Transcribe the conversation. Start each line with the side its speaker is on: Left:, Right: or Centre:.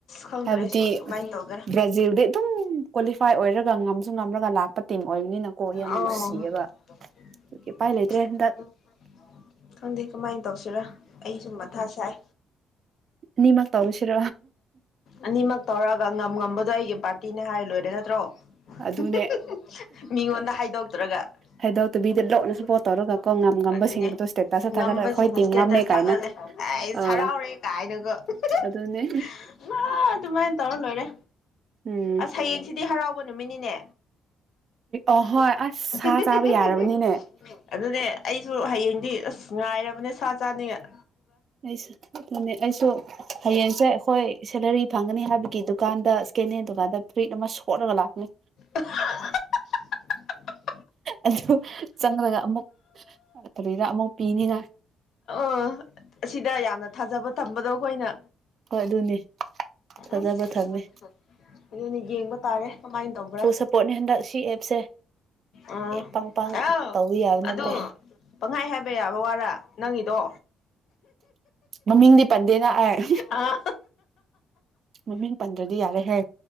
Left: ꯈꯪꯗ꯭ꯔꯦ
Right: ꯍꯥꯏꯕꯗꯤ
Left: ꯑꯩꯁꯨ ꯀꯃꯥꯏꯅ ꯇꯧꯒꯦꯔꯥ
Right: ꯕ꯭ꯔꯥꯖꯤꯜꯗꯤ ꯑꯗꯨꯝ ꯀ꯭ꯋꯥꯂꯤꯐꯥꯏ ꯑꯣꯏꯔꯒ ꯉꯝꯁꯨ ꯉꯝꯔꯒ ꯂꯥꯛꯄ ꯄ ꯇꯤꯝ ꯑꯣꯏꯕꯅꯤꯅꯀꯣ ꯌꯥꯝ
Left: ꯑꯥꯎ
Right: ꯅꯨꯡꯁꯤꯌꯦꯕ
Left: <unintelligible>
Right: ꯑꯗꯨꯒꯤ ꯎꯄꯥꯏ ꯂꯩꯇ꯭ꯔꯦ ꯍꯟꯗꯛ
Left: ꯈꯪꯗꯦ ꯀꯃꯥꯏ ꯇꯧꯁꯤꯔꯥ ꯑꯩꯁꯨꯨ ꯃꯊꯥ ꯁꯥꯏ
Right: ꯅꯤꯃꯛ ꯇꯧꯔꯁꯤꯔ
Left: ꯑꯅꯤꯃꯛ ꯇꯧꯔꯒ ꯉꯝ ꯉꯝꯕꯗꯣ ꯑꯩꯒꯤ ꯄꯥꯔꯇꯤꯅꯦ ꯍꯥꯏꯔ ꯂꯣꯏꯔꯦ ꯅꯠꯇ꯭ꯔꯣ <unintelligible>
Right: ꯑꯗꯨꯅꯦ
Left: ꯃꯤꯉꯣꯟꯗ ꯍꯥꯏꯗꯣꯛꯇ꯭ꯔꯒ
Right: ꯍꯥꯏꯗꯣꯛꯇꯕꯤꯗ
Left: <unintelligible>
Right: ꯂꯣꯠꯅ ꯁꯞꯄꯣꯔꯠ ꯇꯧꯔꯒ ꯀꯣ ꯉꯝ ꯉꯝꯕꯁꯤꯡꯕꯗꯣ
Left: ꯑꯗꯨꯅꯦ
Right: ꯁ꯭ꯇꯦꯇꯁꯇ
Left: ꯉꯝꯕꯁꯤꯡꯗꯣ
Right: ꯊꯥꯒꯠꯂꯒ ꯑꯩꯈꯣꯏ ꯇꯤꯝ
Left: ꯁ꯭ꯇꯦꯇꯁ
Right: ꯉꯝꯃꯦ ꯀꯥꯏꯅ
Left: ꯊꯥꯒꯠꯂꯦ ꯑꯥꯁ
Right: ꯑꯥ
Left: ꯍꯔꯥꯎꯔꯦ ꯀꯥꯏꯅꯒ ꯍꯨꯝ ꯍꯨꯝ
Right: ꯑꯗꯨꯅꯦ
Left: <unintelligible> ꯑꯗꯨꯃꯥꯏ ꯇꯧꯔ ꯂꯣꯏꯔꯦ
Right: ꯎꯝ
Left: ꯑꯁ ꯍꯌꯦꯡꯁꯤꯗꯤ ꯍꯔꯥꯎ ꯕ ꯅꯨꯃꯤꯅꯤꯅꯦ
Right: ꯑꯍꯣꯏ
Left: <unintelligible>
Right: ꯑꯁ ꯁꯥ ꯆꯥꯕ ꯌꯥꯔꯕꯅꯤꯅꯦ
Left: ꯑꯗꯨꯅꯦ ꯑꯩꯁꯨ ꯍꯌꯦꯡꯗꯤ ꯑꯁ ꯉꯥꯏꯔꯕꯅꯦ ꯁꯥ ꯆꯥꯅꯤꯡꯉꯥꯢ
Right: ꯑꯩꯁꯨ ꯑꯗꯨꯅꯦ ꯑꯩꯁꯨ ꯍꯌꯦꯡꯁꯦ ꯑꯩꯈꯣꯏ ꯁꯦꯂꯔꯤ ꯐꯪꯒꯅꯤ ꯍꯥꯏꯕꯒꯤ ꯗꯨꯀꯥꯟꯗ ꯁꯀꯦꯟ ꯍꯦꯟ ꯗꯨꯀꯥꯟꯗ ꯐ꯭ꯔꯤꯠ ꯑꯃ ꯁꯣꯠꯂꯒ ꯂꯥꯛꯄꯅꯤ
Left: <unintelligible>
Right: ꯑꯗꯨ ꯆꯪꯂꯒ ꯑꯃꯨꯛ ꯀꯔꯤꯔꯥ ꯑꯃꯨꯛ ꯄꯤꯅꯤꯉꯥꯢ
Left: ꯑ ꯑꯁꯤꯗ ꯌꯥꯝꯅ ꯊꯥꯖꯕ ꯊꯝꯕꯗꯣ ꯑꯩꯈꯣꯏꯅ
Right: ꯍꯣꯏ ꯑꯗꯨꯅꯦ ꯊꯥꯖꯕ
Left: ꯑꯁ
Right: ꯊꯝꯃꯦ
Left: ꯑꯗꯨꯅ ꯌꯦꯡꯕ ꯇꯥꯔꯦ ꯀꯃꯥꯏ ꯇꯧꯕ꯭ꯔꯥ
Right: ꯁꯞꯄꯣꯔꯠꯅꯤ ꯍꯟꯗꯛ ꯁꯤ ꯑꯦꯞꯁꯦ
Left: ꯑꯥ
Right: ꯄꯪ ꯄꯪ
Left: ꯑꯥꯎ
Right: ꯇꯧꯕ ꯌꯥꯕ
Left: ꯑꯗꯨ
Right: ꯅꯠꯇꯦ
Left: ꯄꯪꯍꯥꯢ ꯍꯥꯏ ꯍꯥꯏꯕ ꯌꯥꯕ ꯋꯥꯔ ꯅꯪꯒꯤꯗꯣ
Right: ꯃꯃꯤꯡꯗꯤ ꯄꯟꯗꯦꯅ ꯑꯩ
Left: ꯑ
Right: ꯃꯃꯤꯡ ꯄꯟꯗ꯭ꯔꯗꯤ ꯌꯥꯔꯦꯍꯦ